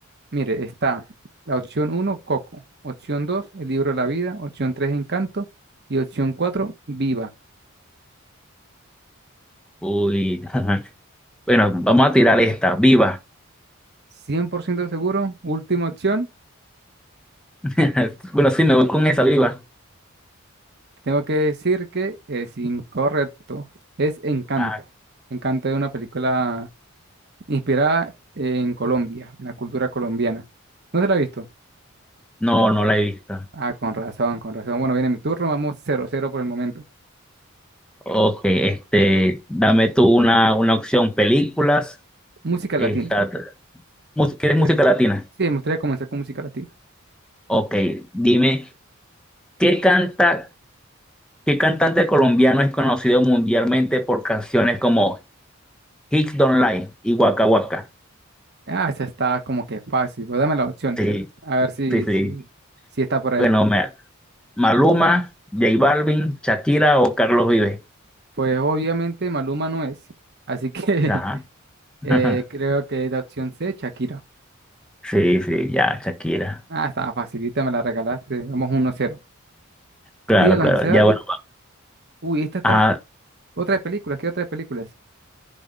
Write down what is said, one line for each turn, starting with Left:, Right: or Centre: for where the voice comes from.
Right: Mire, está la opción uno, Coco, opción 2, El libro de la vida, opción 3, Encanto y opción cuatro, Viva.
Centre: Uy, <laughs> bueno, vamos a tirar esta, Viva.
Right: 100% seguro, última opción,
Centre: <laughs> Bueno, sí, me voy con esa, Viva.
Right: tengo que decir que es incorrecto, es Encanto.
Centre: Ah,
Right: Encanto es una película inspirada en Colombia, en la cultura colombiana. ¿No se la ha visto?
Centre: no, no la he visto.
Right: Ah, con razón, con razón. Bueno, viene mi turno, vamos cero cero por el momento.
Centre: Ok, este, dame tú una, una opción, películas.
Right: Música
Centre: Esta,
Right: latina.
Centre: mus- ¿quieres
Right: Usted
Centre: música latina?
Right: Sí, me gustaría comenzar con música latina.
Centre: Ok, dime, ¿qué canta? ¿Qué cantante colombiano es conocido mundialmente por canciones como Hits Don't Lie y Waka Waka?
Right: Ah, esa está como que fácil, pues dame las opciones.
Centre: Sí,
Right: A ver si,
Centre: sí, sí.
Right: si, si está por ahí.
Centre: Bueno, me- Maluma, J Balvin, Shakira o Carlos Vives.
Right: Pues obviamente Maluma no es. Así que
Centre: Ajá.
Right: <laughs>
Centre: <laughs>
Right: eh, creo que es la opción C, Shakira.
Centre: Sí, sí, ya, Shakira.
Right: Ah, estaba facilita, me la regalaste. Vamos uno cero
Centre: Claro,
Right: Te voy a lanzar.
Centre: claro. Ya, bueno.
Right: Uy, esta está.
Centre: Ah,
Right: Otra de películas, ¿qué otra de películas?